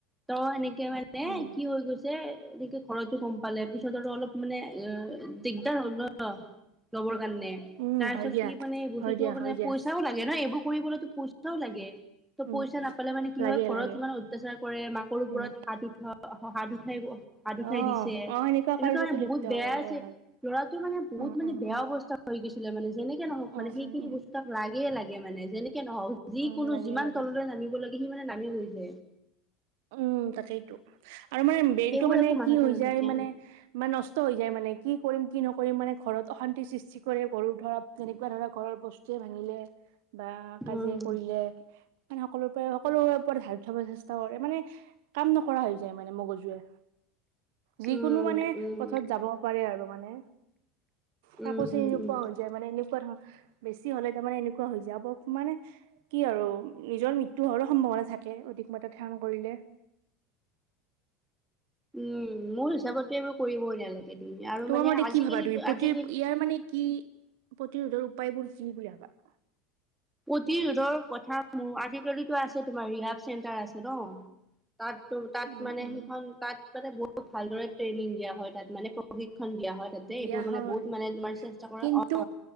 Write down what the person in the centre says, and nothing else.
ত'এনেকে মান <unintelligible>
কি হৈ গৈছে এনেকে ঘৰটো গম পালে পিছত আৰু অলপ মানে এ দিগদাৰ হল ন' অ, ল'বৰ কাৰণে
তাৰ
পিছত
সি মানে এই বস্তুটো
মানে
পইচা পইচাও লাগে না এইবোৰ কৰিবলৈতো পইচাও লাগে। ত'
পইচা
নাপালে মানে কি
হয় ঘৰত
ইমান অত্যাচাৰ কৰে মাকৰ ওপৰত
হাত উঠা অ, হ-হাত উঠাইব। হাত উঠাই
দিছে
এনেকুৱা
মানে
বহুত বেয়া
আছে
লৰাটোৰ মানে বহুত
মানে
বেয়া
অৱস্থা হৈ গৈছিলে মানে যেনেকে নহওক
মানে সেইখিনি
বস্তু তাক লাগে- লাগে মানে যেনেকে নহওক যি
কোনো
এ নামিব লাগে সি মানে নামি বহি যায়।
এইবোৰ
একো মাথাতে
নাথাকে
উম
উম
উম উম
উম
উম
উম
উম মোৰ হিচাপতে এইবোৰ কৰিবই নালাগে তুমি আৰু
মানে
আজিকালি
আজিকালি
প্ৰতিৰোধৰ কথা মোৰ আজিকালিতো আছে তোমাৰ ৰিহাব চেণ্টাৰ আছে ন তাত তো তাত
মানে
সেইখন তাত মানে বহুত ভালদৰে ট্ৰেইনিং দিয়া হয় তাত মানে প্ৰশিক্ষণ দিয়া হয় তাতে
এইবোৰ মানে
বহুত মানে তোমাৰ চেষ্টা কৰে
অ